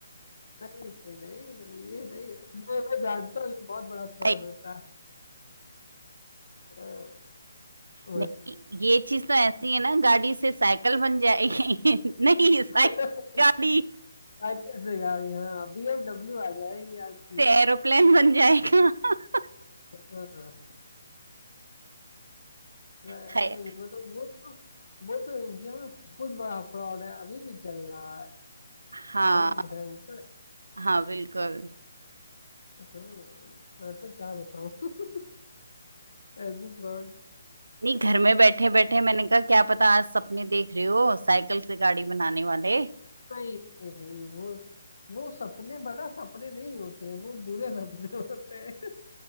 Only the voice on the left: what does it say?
नहीं नहीं नहीं नहीं ये नहीं है। मैं मैं जानता हूँ ये बहुत बड़ा फ्रॉड
होता है अ, बस
<laughs>
साइकिल से गाड़ी हाँ बीएमडब्ल्यू आ जाएगी आपकी
हाँ मैं-
नहीं वो तो वो तो वो तो इंडिया में बहुत बड़ा फ्रॉड है अभी भी चल रहा है
बहुत भयंकर
हाँ मैं तो क्या बताऊँ <laughs> ऐसे फ्रॉड
नहीं नहीं भाई वो वो सपने बता सपने नहीं होते हैं वो बुरे सपने <laughs> होते हैं